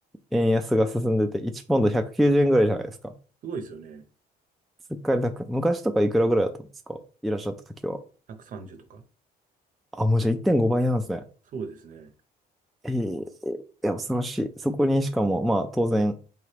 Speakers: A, in the centre; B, on the right.
A: 円安が進んでて、1ポンド190円ぐらいじゃないですか。
B: すごいですよね。
A: すっかりなく昔とかいくらぐらいだったんですかいらっしゃった時は。
B: 130とか。
A: あ、もうじゃあ1.5倍なんですね。
B: そうですね。
A: ええいや、恐ろしい。そこにしかも、まあ当然、